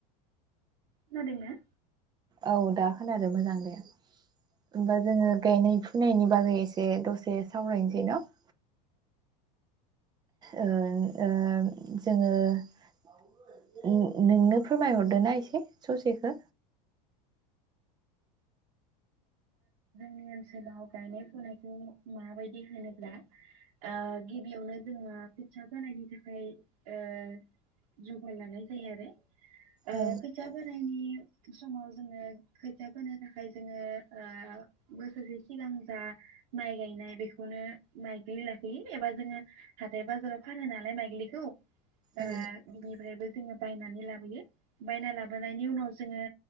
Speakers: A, on the right; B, on the right.
A: खोनादोंना?
B: औ दा खोनादो मोजां दे। होमबा जोंङो गायनाय फुनायनि बागै एसे दसे सावरायनोसै न'? ओ ओ जोंङो‌‌ नो-नोंनो फोरमायहरदो ना एसे ससेखो।
A: जोंनि ओनसोलाव गायनाय फुनायखौ माबायदि होनोब्ला ओ गिबियावनो जोंङो खोथिया फोनायनि थाखाय ओ जुगार लानाय जायो आरो। ओ
B: औ
A: खोथिया फोनायनि समाव जोंङो खोथिया फोनो थाखाय जोंङो ओ बोसोरसे सिगां जा माइ गायनाय बेखौनो माइग्लि लाखोयो एबा जोङो हाथाय बाजाराव फानो नालाय माइग्लिखौ दा
B: औ
A: बिनिफ्रायबो जोङो बायनानै लाबोयो बायना लाबोनायनि उनाव जोंङो